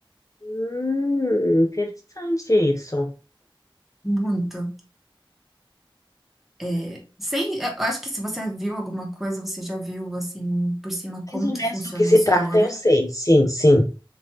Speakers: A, on the left (about 40°); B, in the centre.
A: Hum, interessante isso.
B: Muito. É, Sem, eu acho que se você viu alguma coisa, você já viu assim por cima como
A: Mais ou
B: que
A: menos
B: funciona
A: do que se
B: a história.
A: trata, eu sei. Sim, sim.